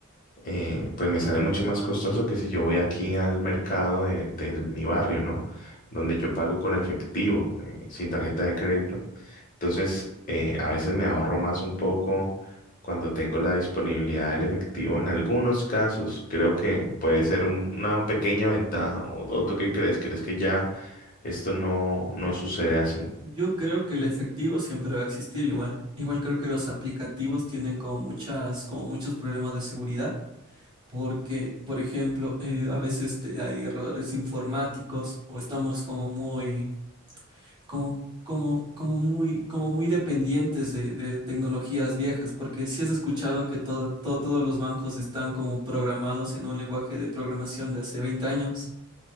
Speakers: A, on the left; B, on the right.
A: eh, pues me sale mucho más costoso que si yo voy aquí al mercado de, de mi barrio, ¿no? Donde yo pago con efectivo, eh, sin tarjeta de crédito. Entonces, eh, a veces me ahorro más un poco cuando tengo la disponibilidad del efectivo. En algunos casos, creo que puede ser un- una pequeña ventaja. ¿O, o tú qué crees? ¿Crees que ya esto no, no sucede así?
B: Yo creo que el efectivo siempre va a existir igual. Igual creo que los aplicativos tienen como muchas, como muchos problemas de seguridad. porque, por ejemplo, eh, a veces te- hay errores informáticos o estamos como muy, como, como, como muy, como muy dependientes de, de tecnologías viejas, porque si has escuchado que todo, todo- todos los bancos están como programados en un lenguaje de programación de hace 20 años.